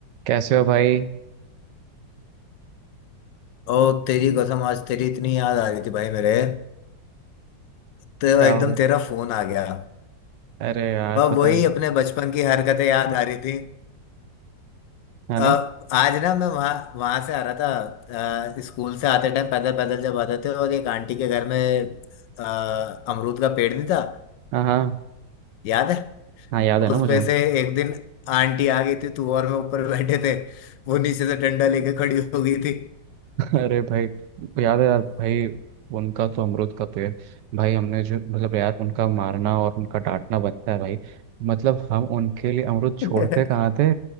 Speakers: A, on the right; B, on the left.
A: कैसे हो भाई
B: ओ तेरी कसम आज तेरी इतनी याद आ रही थी भाई मेरे तो
A: क्या
B: एकदम
A: हो गया
B: तेरा फोन आ गया
A: अरे यार
B: वह
A: पता
B: वही
A: है
B: अपने बचपन की हरकतें याद आ रही थी
A: है ना
B: अ, आज ना मैं वहाँ वहाँ से आ रहा था अ, स्कूल से आते टाइम पैदल पैदल जब आते थे और एक आंटी के घर में अ, अमरूद का पेड़ नहीं था
A: हाँ हाँ
B: याद है
A: हाँ याद है ना
B: उस
A: मुझे
B: पे से एक दिन आंटी आ गई थी तू और मैं ऊपर बैठे थे वो नीचे से डंडा लेके खड़ी हो गई थी
A: अरे भाई याद है यार भाई उनका तो अमरूद का पेड़ भाई हमने जो मतलब यार उनका मारना और उनका डांटना बनता है भाई मतलब हम उनके लिए अमरूद छोड़ते
B: <laughs>
A: कहाँ थे